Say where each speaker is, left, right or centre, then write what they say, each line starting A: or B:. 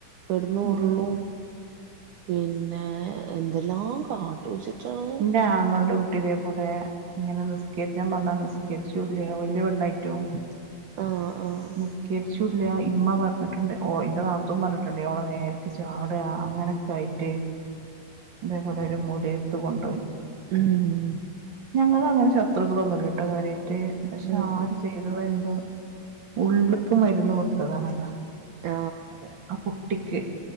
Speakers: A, on the right; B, on the right.
A: കെടന്ന്
B: ഉം
A: ഉരുളും പിന്നെ എന്തെല്ലാം കാട്ടുച്ചിട്ടാണ്
B: ന്റെ ആങ്ങൾന്റെ കുട്ടിതേപോലെ ങ്ങനെ നിസ്കരിച്ചാ പർഞ്ഞാ നിസ്കരിച്ചുല്ല വല്ല്യ പെണ്ണായിറ്റും
A: <inaudible> ആഹ്
B: നിസ്കരിച്ചൂല്ല ഇമ്മ പർഞ് ട്ട്ണ്ട് ഓ ന്റെ നാത്തൂ പർഞ് ട്ട്ണ്ട് ഓളെ നേരെ ചാട അങ്ങനൊക്കെ ആയിറ്റ് തേപോലെ ഒരു മൊല്യട്ത്ത് കൊണ്ടൊയി.
A: ഉം
B: ഞങ്ങള്ൾ അങ്ങനെ ശത്രുക്കളൊന്നുമല്ലട്ടോ കാര്യായിട്ട് പക്ഷെ
A: ഉം
B: ആര് ചെയ്തോ എന്തോ ഉള്ള്ക്ക് മര്ന്ന് കൊടുത്തതാണതാ.
A: ആ
B: അതെ ആ കുട്ടിക്ക്.